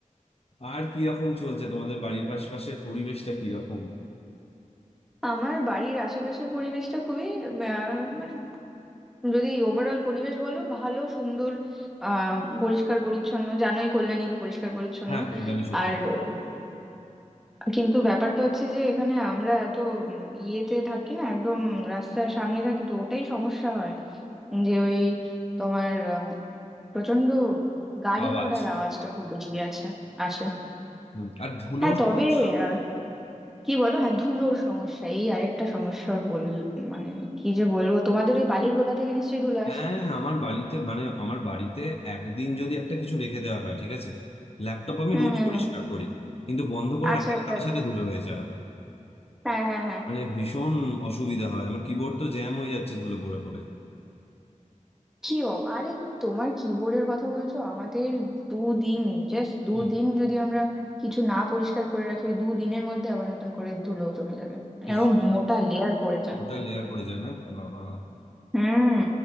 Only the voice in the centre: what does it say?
আমার বাড়ির আশেপাশের পরিবেশটা খুবই আহ, মানে যদি ওভারঅল পরিবেশ বলো ভালো সুন্দর আহ পরিষ্কার পরিচ্ছন্ন জানোই কল্যাণী তো পরিষ্কার পরিচ্ছন্ন
আর উম, কিন্তু ব্যাপারটা হচ্ছে যে এখানে আমরা এত উম, ইয়েতে থাকি না একদম রাস্তার সামনে থাকি তো ওটাই সমস্যা হয় যে ওই তোমার প্রচন্ড গাড়ি
ঘোড়ার আওয়াজটা খুব বেশি আছে আসে
হ্যাঁ তবে
আহ, কি বলো হ্যাঁ ধুলোর সমস্যা এই আরেকটা সমস্যা বল মানে কি যে বলবো তোমাদের ওই বালির গোলা থেকে নিশ্চয়ই ধুলো
আসে
হুম
হুম
হুম
আচ্ছা
আচ্ছা
আচ্ছা
হ্যাঁ হ্যাঁ হ্যাঁ
কি অব- আরে তোমার কিবোর্ডের কথা বলছো আমাদের দুদিন জাস্ট দুদিন
যদি আমরা কিছু না পরিষ্কার করে রাখি ওই দুদিনের মধ্যে আবার নতুন করে ধুলো জমে যাবে এরকম
মোটা লেয়ার পড়ে যায়
হুম